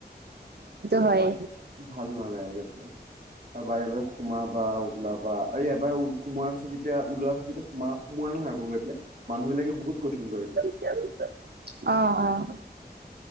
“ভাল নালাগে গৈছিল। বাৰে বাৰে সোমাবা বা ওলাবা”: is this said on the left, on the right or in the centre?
Right